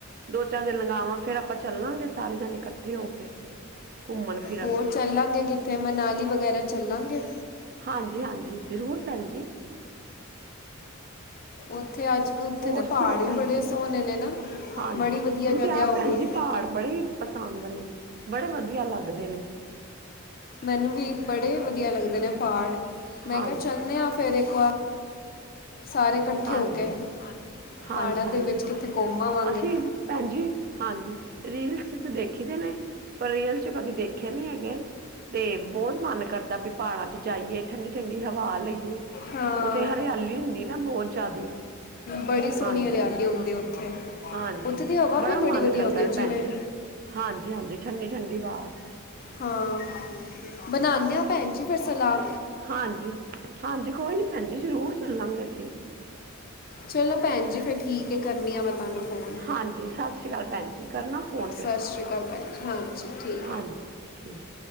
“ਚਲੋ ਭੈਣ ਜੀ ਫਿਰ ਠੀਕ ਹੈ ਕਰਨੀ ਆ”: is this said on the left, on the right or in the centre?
Left